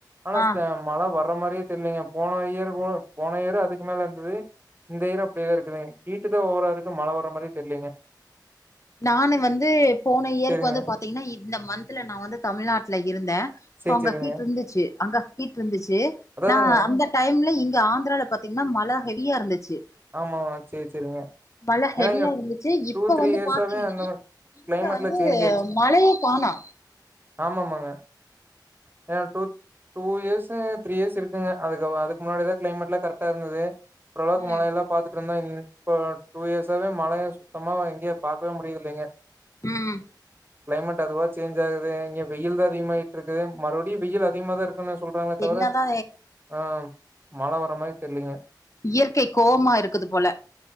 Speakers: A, on the right; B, on the left.
A: ஆனா
B: ஆ
A: ஸ்டா மழ வர்ற மாரியே தெரியலங்க போன இயர் போ போன இயர் அதுக்கு மேல இருந்தது இந்த இயரு அப்டியே இருக்குங்க ஹீட்டு தா ஓவரா இருக்கு மழ வர மாரியே தெர்லிங்க
B: நானு வந்து போன இயருக்கு
A: சேரிங்க
B: வந்து பாத்தீங்கன்னா இந்த மந்த்ல நா வந்து தமிழ்நாட்டுல இருந்த
A: சேரி
B: சோ அங்க
A: சேரிங்க
B: ஹீட்டு இருந்துச்சு அங்க ஹுட்டு இருந்துச்சு
A: அதாதாங்க
B: நா அந்த டைம்ல இங்க ஆந்திரால பாத்தீங்ன்னா மழ ஹெவியா இருந்துச்சு
A: ஆமா சேரி சேரிங்க
B: மழ ஹெவியா
A: ஏன்னா இங்க
B: இருந்துச்சு இப்ப
A: டூ த்ரீ
B: வந்து
A: இயர்ஸாவே
B: பா த்திங்கனா
A: அந்த மாரி
B: இப்ப
A: கிளைமேட்ல
B: வந்து
A: சேஞ்ச்
B: மழையே காணோ
A: ஆமாமாங்க <unintelligible> டூ இயர்ஸ்ஸு த்ரீ இயர்ஸ் இருக்குங்க அதுக்கு அதுக்கு முன்னாடி தா கிளைமேட்லா கரெக்டா இருந்தது ஓரளவுக்கு
B: ம்
A: மழயெல்லா பாத்துட்டு இருந்த இப்ப டூ இயர்ஸாவே மழைய சுத்தமா இங்கயே பாக்கவே முடியதுல்லிங்க
B: ம்
A: கிளைமேட் அதுவா சேஞ்ச் ஆகுது இங்க வெயில் தா அதிகமாயிட்டு இருக்குது மறுபடியு வெயில் அதிகமா தா இருக்கு <unintelligible> சொல்றாங்ளே தவிர
B: என்னதா
A: அ மழ வர மாரி தெர்லீங்க
B: இயற்கை கோவமா இருக்குது போல